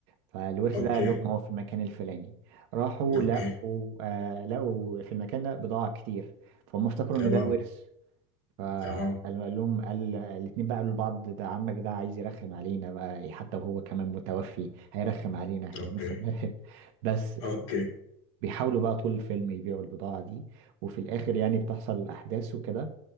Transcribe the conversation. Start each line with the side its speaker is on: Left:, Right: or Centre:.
Right: فالورث
Left: اوكي
Right: ده قال لهم هو في المكان الفلاني راحوا
Left: اوكي
Right: لقوا آه لقوا في المكان ده بضاعة كتير فهم افتكروا
Left: تمام
Right: ان ده الورث فقال
Left: تمام
Right: لهم قال الاتنين بقى قالوا لبعض ده عمك ده عايز يرخم علينا بقى إيه، حتى وهو كمان متوفي هيرخم علينا يعني
Left: اوكي
Right: مثلا <laughs> بس
Left: اوكي
Right: بيحاولوا بقى طول الفيلم يبيعوا البضاعة دي وفي الآخر يعني بتحصل الأحداث وكده